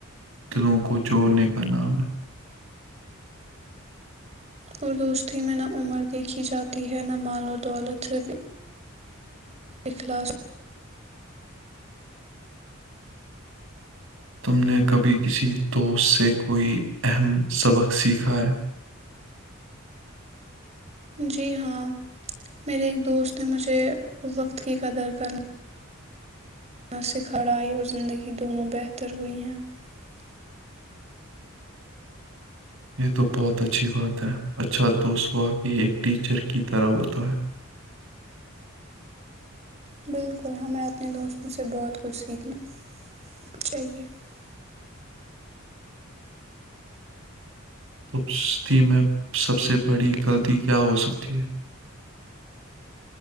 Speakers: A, on the right; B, on the right.
A: دلوں کو جوڑنے کا نام ہے
B: اور دوستی میں نہ عمر دیکھی جاتی ہے نہ مال و دولت صرف <unintelligible> اخلاص <unintelligible>
A: تم نے کبھی کسی دوست سے کوئی اہم سبق سیکھا ہے <unintelligible>
B: جی ہاں میرے ایک دوست نے مجھے وقت کی قدر کرنا <unintelligible> مناسکھڑھائی اور زندگی دونوں بہتر ہوئی ہیں <unintelligible>
A: یہ تو بہت اچھی بات ہے اچھا دوست ہواقع ایک ٹیچر کی طرح ہوتا ہے <unintelligible>
B: بالکل ہمیں اپنے دوستوں سے بہت کچھ سیکھنا چاہیے <unintelligible>
A: توستی میں سب سے بڑی غلطی کیا ہو سکتی ہے <unintelligible>